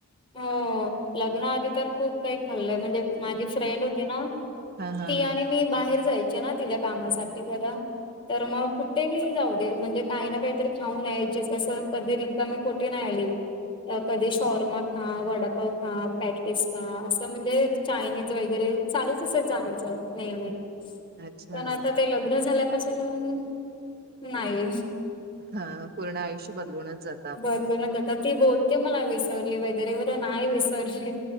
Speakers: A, on the left (about 25°); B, on the right (about 45°).
A: हो... लग्ना आधी तर खूप काही खाल्लंय म्हणजे माझी फ्रेंड होती ना,
B: हा हा
A: ती
B: हा
A: आणि मी बाहेर जायची ना, तिच्या्या कामासाठी जरा तर मग कुठेही जाऊ दे, म्हणजे काही ना काहीतरी खाऊन यायची, कस कधी रि कमी पटी नाही आली कधी शॉर म हा वडापाव खा, पॅटिस खा, असं म्हणजे चायनीज वगैरे चालूच असायच आमचं. नाहीत
B: अच्छा
A: पण आता ते लग्न झाल्यापासून, नाही...
B: हा, पूर्ण आयुष्य बदलवूनच जात.
A: बदलूनच आता ती बोलते मला विसरली वगैरे वर नाही विसरशिल